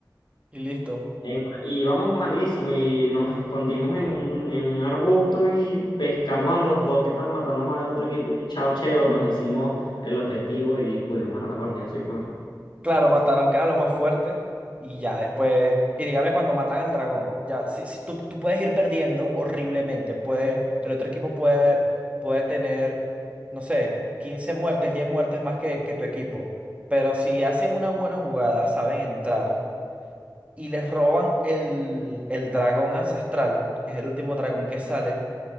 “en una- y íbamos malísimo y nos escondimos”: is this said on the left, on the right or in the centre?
Left